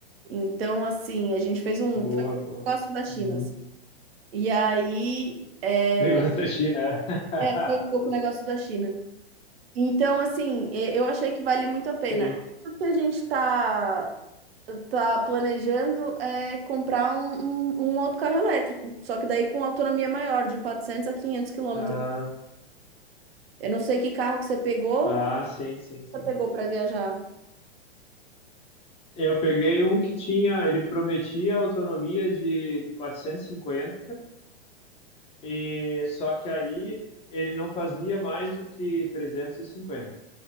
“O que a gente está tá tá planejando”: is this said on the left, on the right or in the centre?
Right